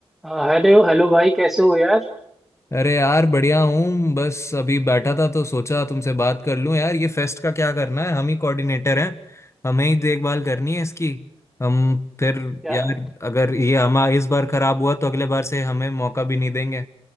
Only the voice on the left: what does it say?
अरे यार बढ़िया हूँ बस अभी बैठा था तो सोचा तुमसे बात कर लूँ यार ये फेस्ट का क्या करना है हम ही कोऑर्डिनेटर हैं हमें ही देखभाल करनी है इसकी हम फिर
यार अगर ये हम इस बार खराब हुआ तो अगले बार से हमें मौका भी नहीं देंगे